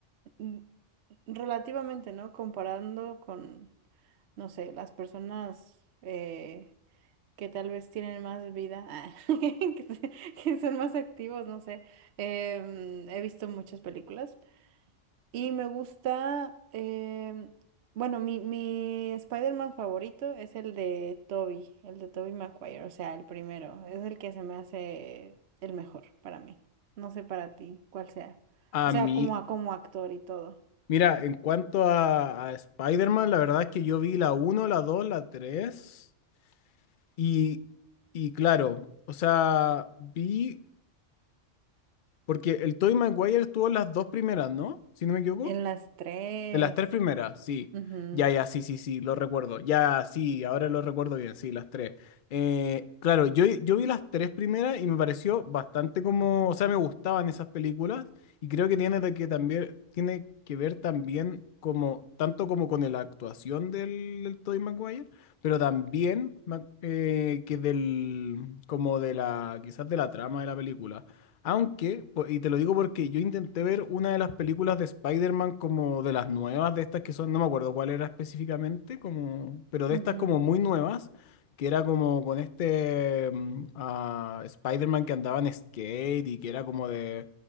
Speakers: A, on the right; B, on the left.
A: mm, relativamente, ¿no? Comparando con, no sé, las personas eh, que tal vez tienen más vida, ah, <laughs> que, se- que son más activos, no sé. Em, he visto muchas películas y me gusta, em, bueno, mi, mi Spider-Man favorito es el de Tobey, el de Tobey Maguire, o sea, el primero, es el que se me hace el mejor para mí. No sé para ti cuál sea.
B: A
A: O sea,
B: mí,
A: como, a- como actor y todo.
B: Mira, en cuanto a, a Spider-Man, la verdad es que yo vi la uno, la 2, la 3 y, y claro, o sea, vi, porque el Tobey Maguire tuvo las dos primeras, ¿no? Si no me equivoco.
A: En las tres.
B: De las tres primeras, sí.
A: Ujú,
B: Ya, ya, sí, sí, sí, lo recuerdo. Ya, sí, ahora lo recuerdo bien, sí, las tres. Eh, claro, yo, yo vi las tres primeras y me pareció bastante como, o sea, me gustaban esas películas y creo que tiene de que también, tiene que ver también como, tanto como con la actuación del, del Tobey Maguire, pero también ma- eh, que del, como de la, quizás de la trama de la película. Aunque, po- y te lo digo porque yo intenté ver una de las películas de Spider-Man como de las nuevas, de estas que son, no me acuerdo cuál era específicamente, como, pero de
A: ujú.
B: estas como muy nuevas, que era como con este mm, ah, Spider-Man que andaba en skate y que era como de,